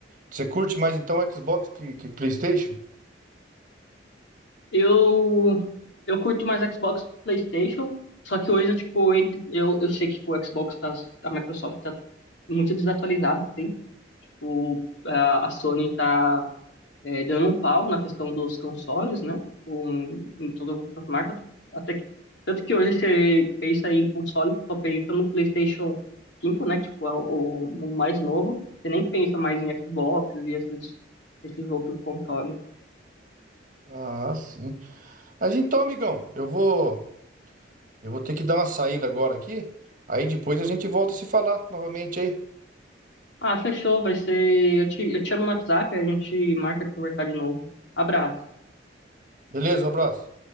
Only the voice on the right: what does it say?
Você curte mais então Xbox que, que PlayStation?
Ah, sim. Mas então, amigão, eu vou eu vou ter que dar uma saída agora aqui. Aí depois a gente volta a se falar novamente, hein?
Beleza, abraço.